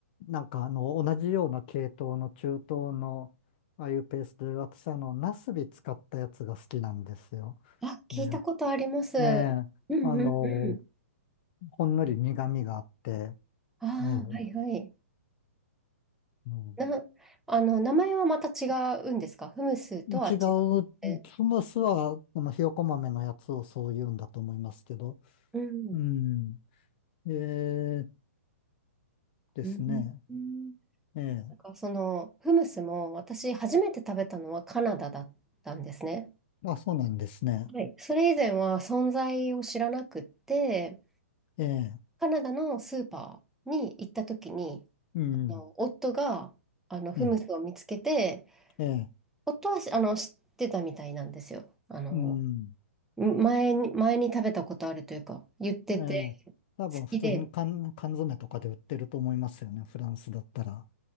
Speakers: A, on the left; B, in the centre.
A: なんかあの、同じような系統の中東の、ああいうペーストで、私あの、ナスビ使ったやつが好きなんですよ。
B: あ、聞いたことあります。
A: ね。ええ、
B: うんうんうん。
A: あの、ほんのり苦味があって、
B: ああ、
A: ええ、
B: はいはい。
A: うん、
B: な、あの、名前はまた違うんですかフムスとは違って。
A: 違う、スムースは、このひよこ豆のやつをそう言うんだと思いますけど、
B: うん。
A: うん、ええですね。
B: うんうん
A: ええ、
B: なんかそのフムスも私初めて食べたのはカナダだったんですね。
A: あ、そうなんですね。
B: はい、それ以前は存在を知らなくって、
A: ええ、
B: カナダのスーパーに行った時に、
A: うん、
B: あの夫があのフムスを見つけて、
A: うん、ええ、
B: 夫はあの知ってたみたいなんですよ。あの
A: うん。
B: 前に、前に食べたことあるというか、言ってて、
A: ええ、
B: 好
A: 多分普通に缶、
B: きで、
A: 缶詰とかで売ってると思いますよね、フランスだったら。